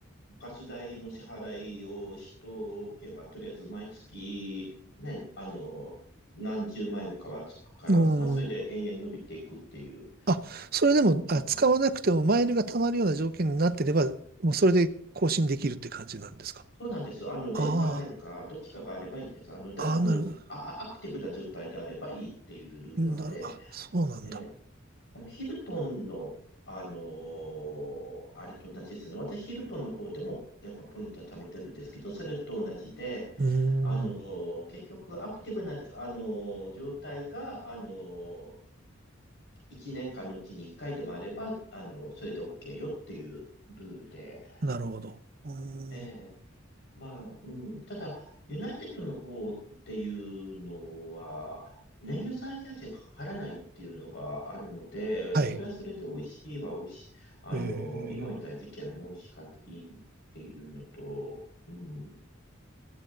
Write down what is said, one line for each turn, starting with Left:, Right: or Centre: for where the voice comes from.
Left: ガス代の支払いをしとおけば、とりあえず毎月、ね、あの、何十マイルかはつくから、
Right: うん。
Left: まあ、それで延々伸びていくっていう。
Right: あ、それでも、
Left: うん、
Right: あ、使わなくてもマイルが貯まるような条件になってれば、もうそれで更新できるって感じなんですか
Left: そうなんです。あの、出るか入るか、
Right: あ
Left: どっちかがあればいいんです。あの、で、
Right: あ、
Left: あの、
Right: ああ、なるほ
Left: あ、あアクティブな状態であればいいっていうルールなので、
Right: ど。なる、あ、そうなんだ。
Left: えーあの、ヒルトンの、あのーあれと同じですね。私、ヒルトンの方でも、やっぱポイントは貯めてるんですけど、それと同じで、
Right: うー
Left: あのー結局、
Right: ん。
Left: アクティブな、あのー状態が、あのー、1年間のうちに1回でもあれば、あのーそれで OK よっていうルールで、
Right: なるほど。うーん
Left: ええまあ、うん。ただ、ユナイテッドの方っていうのは、燃油サーチャージがかからないっていうのがあるので、
Right: はい。
Left: それはそれで美味しいは美味しい。あの、
Right: えー、
Left: 今みたいな時期はね、美味しかった、いいっていうのと、うん。